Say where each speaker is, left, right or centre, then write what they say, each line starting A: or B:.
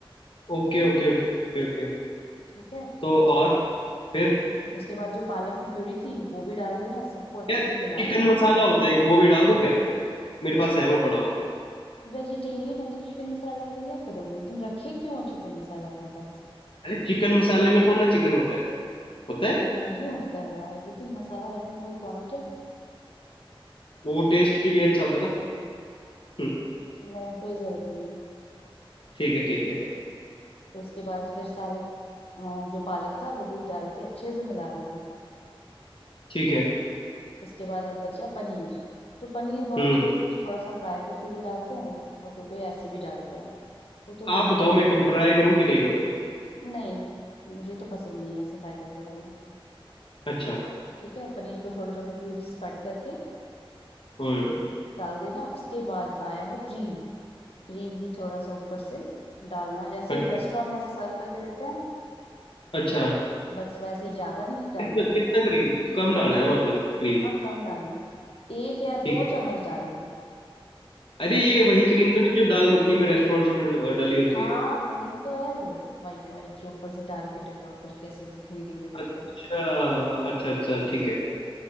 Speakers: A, on the left (about 65°); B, on the left (about 85°).
A: Okay okay okay okay
B: ठीक है
A: तो और फिर
B: उसके बाद जो पालक की प्यूरी थी वो भी डाल देना सबको अच्छे
A: यार
B: से मिला
A: चिकन
B: लेना
A: मसाला होता है एक वो भी डाल दूं क्या मेरे
B: चिकन
A: पास है वो पड़ा हुआ
B: वेजिटेरियन हो तो चिकन मसाला डाल के क्या करोगे तुम रखे क्यों हो चिकन मसाला अपने पास
A: अरे चिकन मसाले में थोड़ा ना चिकन होता है होता है
B: नहीं होता है यार लेकिन मसाला रखने का कोई पॉइंट है
A: वो टेस्ट के लिए अच्छा होता है ना हम्म
B: नहीं कोई जरूरत नहीं है
A: ठीक है ठीक है
B: तो उसके बाद फिर सारे अ, जो पालक था वो भी डाल के अच्छे से मिला देना
A: ठीक है
B: उसके बाद अब बचा पनीर तो पनीर बहुत
A: हम्म
B: लोग थोड़ा सा फ्राई करके भी डालते हैं और कोई कोई ऐसे भी डालते हैं तो तुम्हें
A: आप बताओ मैं फ्राई करूं कि नहीं करूं
B: नहीं मुझे तो पसंद नहीं है ऐसे फ्राई करके डालना
A: अच्छा
B: ठीक है पनीर को छोटे छोटे क्यूब्स कट करके
A: हम्म
B: डाल देना उसके बाद आया है क्रीम क्रीम भी थोड़ा सा ऊपर से डालना जैसे
A: अच्छा
B: रेस्टोरेंट में ऐसे सर्व करके देते हैं
A: अच्छा
B: बस वैसे ही ज्यादा नहीं डालना
A: कितना
B: है
A: कितना क्रीम कम डालना है ना मतलब क्रीम
B: हाँ कम डालना है एक या
A: ठीक
B: दो
A: है
B: चम्मच डाल लेना
A: अरे
B: ठीक
A: ये
B: है
A: वही क्रीम तो नहीं जो दाल मखनी में रेस्टोरेंट्स में डली होती
B: हाँ
A: है
B: वही तो है वो वाइट वाइट जो ऊपर से डाल के डेकोर करके ऐसे दिखने के लिए देते
A: अच्छा
B: हैं
A: अच्छा अच्छा ठीक है